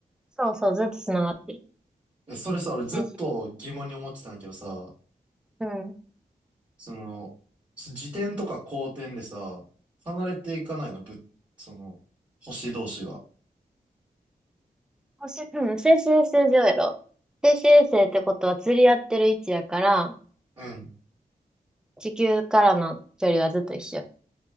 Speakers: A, in the centre; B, on the right (about 30°).
A: そうそう、ずっと繋がってる。
B: え、それさ、俺ずっと疑問に思ってたんだけどさ、
A: 静止。うん。
B: その、自転とか公転でさ、離れていかないの、ぶっ、その、星同士が。
A: 星、うん、静止衛星上やろ。静止衛星ってことは釣り合ってる位置やから、
B: うん。
A: 地球からの距離はずっと一緒。